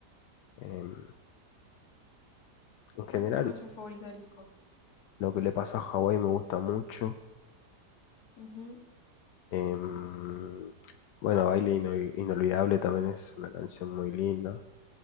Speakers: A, on the left; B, on the left.
A: Em, en
B: ¿Cuál
A: general,
B: es tu canción favorita del disco?
A: lo que le pasó a Hawái me gusta mucho.
B: Ujú,
A: Em, bueno, Baile Ino- Inolvidable también es una canción muy linda.